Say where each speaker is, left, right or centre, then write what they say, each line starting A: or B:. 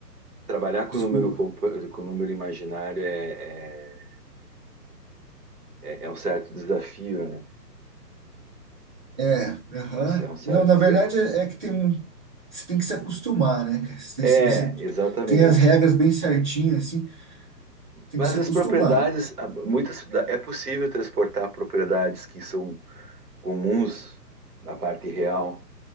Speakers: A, on the right (about 60°); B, on the right (about 25°).
A: trabalhar com
B: desculpa.
A: o número, compo- com o número imaginário é, é, é é um certo desafio, né?
B: É, aham.
A: É um, cer- é um certo
B: Não, na
A: desafio.
B: verdade é que tem, um- você tem que se acostumar, né? cara? Você tem,
A: É,
B: você
A: exatamente.
B: tem as regras bem certinhas, assim, tem
A: Mas
B: que se acostumar.
A: as propriedades, a- muitas, é possível transportar propriedades que são comuns na parte real